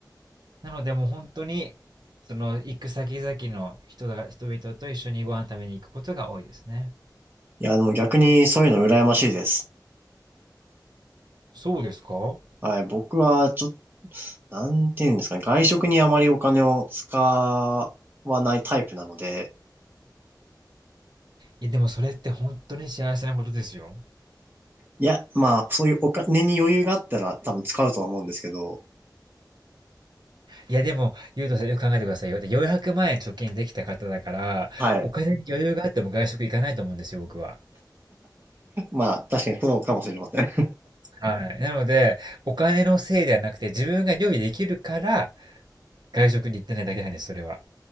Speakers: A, on the right; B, on the right.
A: なのでもう本当にその行く先々の人が人々と一緒にご飯食べに行くことが多いですね。
B: いや、でも逆にそういうの羨ましいです。
A: そうですか
B: はい。僕は、ちょっと、なんていうんですかね。外食にあまりお金を使わないタイプなので、
A: いやでもそれって本当に幸せなことですよ。
B: いや、まあ、そういうお金に余裕があったら多分使うとは思うんですけど、
A: いやでも、ゆうとさんよく考えてくださいよ。で、400万円貯金できた方だから、
B: はい。
A: お金に余裕があっても外食行かないと思うんですよ、僕は。
B: まあ、確かにそうかもしれません。
A: はい。なので、お金のせいではなくて、自分が料理できるから、外食に行ってないだけなんです、それは。